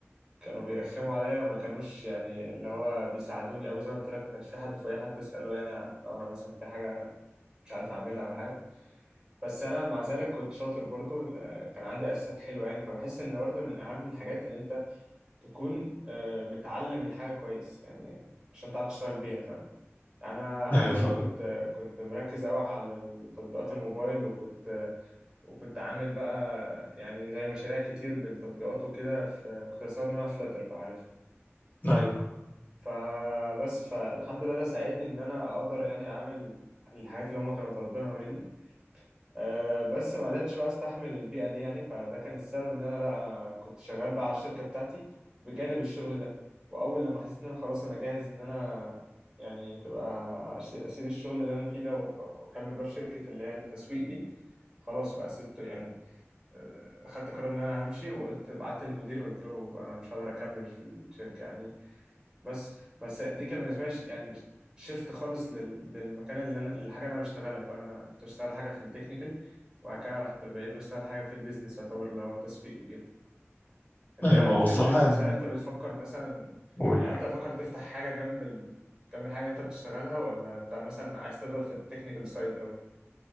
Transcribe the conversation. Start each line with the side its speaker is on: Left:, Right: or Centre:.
Right: كانوا بيرخموا عليا وما كانوش يعني اللي هو بيساعدوني قوي زي ما قلت لك ما كانش في حد في اي حد اساله يعني لو انا مثلا في حاجه مش عارف اعملها او حاجه بس انا مع ذلك كنت شاطر برضو آه، كان عندي اساسات حلوه يعني فبحس ان برضو من اهم الحاجات ان انت تكون آه، متعلم الحاجه كويس يعني عشان تعرف تشتغل بيها فاهم يعني انا الحمد
Left: ايوه فاهم
Right: لله كنت آه، كنت مركز قوي على تطبيقات الموبايل وكنت آه، وكنت عامل بقى يعني زي مشاريع كتير بالتطبيقات وكده في كنت بستخدمها فلاتر لو عارف
Left: ايوه
Right: فبس فالحمد لله ده ساعدني ان انا اقدر يعني اعمل الحاجات اللي هما كانوا طالبينها مني أه بس ما قدرتش بقى استحمل البيئة دي يعني فده كان السبب ان انا لا انا كنت شغال بقى على الشركة بتاعتي بجانب الشغل ده واول لما حسيت ان انا خلاص انا جاهز ان انا يعني تبقى أش- اسيب الشغل اللي انا فيه ده و- واكمل بقى في شركة اللي هي التسويق دي خلاص بقى سبت يعني آه، خدت قرار ان انا همشي وقلت بعت للمدير وقلت له انا مش هقدر اكمل في الشركة يعني بس بس دي كان بالنسبه لي ش- يعني شفت خالص لل- للمكان اللي انا للحاجه اللي انا بشتغلها فاهم انا كنت بشتغل حاجه في التكنيكال وبعد كده رحت بقيت بشتغل حاجه في البيزنس يعتبر اللي هو التسويق وكده انت
Left: ايوه
Right: ايه رايك
Left: ما هو
Right: في
Left: الصراحه
Right: البيزنس
Left: يعني
Right: هل انت بتفكر مثلا
Left: قول
Right: يعني انت بتفكر تفتح حاجه جنب ال... جنب الحاجه اللي انت بتشتغلها ولا انت مثلا عايز تفضل في التكنيكال سايد قوي